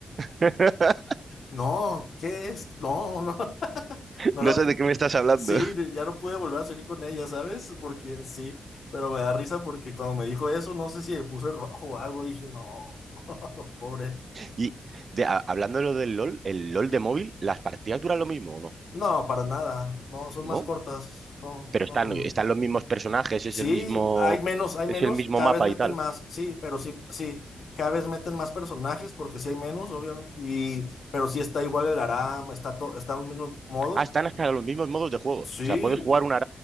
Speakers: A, on the right; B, on the left.
A: <laughs>
B: No, ¿qué es? No, no, <laughs> no
A: No
B: la...
A: sé
B: pu-
A: de qué me estás hablando.
B: Sí, ya no pude volver a salir con ella, ¿sabes? Porque sí, pero me da risa porque cuando me dijo eso, no sé si me puse rojo o algo, dije, no, <laughs> pobre.
A: Y de, a- hablando de lo del LOL, el LOL de móvil, ¿las partidas duran lo mismo o no?
B: No, para nada. No, son
A: ¿No?
B: más cortas. No,
A: Pero
B: no,
A: están,
B: no, no.
A: están los mismos personajes, es
B: Sí,
A: el mismo,
B: hay menos, hay
A: es
B: menos,
A: el mismo
B: cada
A: mapa
B: vez meten
A: y tal.
B: más, sí, pero sí, sí, cada vez meten más personajes porque sí hay menos, obviamente, y, pero sí está igual el Aram, está todo, están los mismos modos.
A: Ah, están hasta los mismos modos de juego.
B: Sí,
A: O sea, puedes jugar una